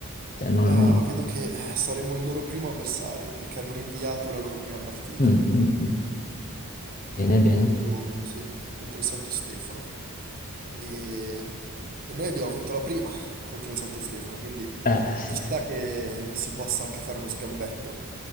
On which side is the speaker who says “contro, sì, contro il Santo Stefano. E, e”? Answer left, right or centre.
Right